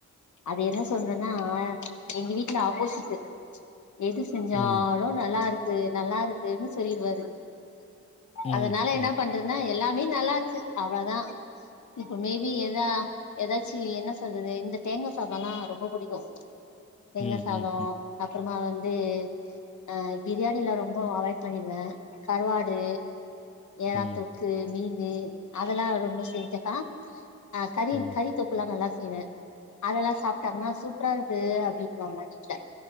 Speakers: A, on the left; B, on the left.
A: அது என்ன சொல்றன்னா ஆ எங்க வீட்டுல ஆப்போசிட்டு எது செஞ்சா
B: ம்.
A: லு நல்லா இருக்கு நல்லா இருக்குன்னு சொல்லிருவாரு
B: ம்.
A: அதனால என்னா
B: ம்.
A: பண்றது ஆ எல்லாமே நல்லா இருக்கு அவ்ளதா இப்ப மேபி ஏதா ஏதாச்சு என்ன சொல்றது இந்த தேங்கா சாதல்லா ரொம்ப புடிக்கு தேங்கா
B: ம்.
A: சாதோ
B: ம்.
A: அப்பறமா வந்து அ பிரியாணில்லா ரொம்ப அவாய்ட் பண்ணிடுவே கறுவாடு எறா
B: ம்.
A: தொக் கு மீனு அதெல்லா ரொம்ப செஞ்சக்கா ஆ கறி
B: ம்.
A: கறித்தெக்கல்லா
B: ம்.
A: நல்லா செய்வே அதல்லா சாப்ட்டாங்கனா சூப்பரா இருக்கு அப்டிங்குவாங்க வீட்ல